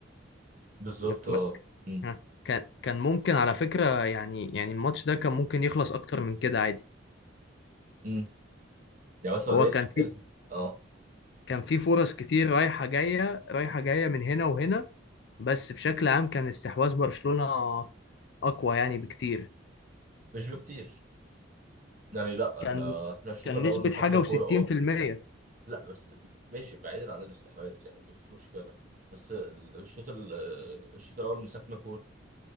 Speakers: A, on the right; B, on the left.
A: بالظبط
B: م-
A: أه
B: م-
A: أمم،
B: ها، كان كان ممكن على فكرة يعني يعني الماتش ده كان ممكن يخلص أكتر من كده عادي
A: أمم. يعني مثلا
B: هو
A: إيه
B: كان في
A: إيه أه
B: كان في فرص كتير رايحة جاية رايحة جاية من هنا وهنا بس بشكل عام كان استحواذ برشلونة أقوى يعني بكتير
A: مش بكتير يعني لا
B: كان
A: إحنا إحنا الشوط
B: كان
A: الأول
B: نسبة
A: مسكنا
B: حاجة
A: كورة
B: وستين
A: أه
B: في المية
A: لا بس ماشي بعيدا عن الاستحواذ يعني مفيش مشكلة بس الشوط ال- الشوط الأول مسكنا كورة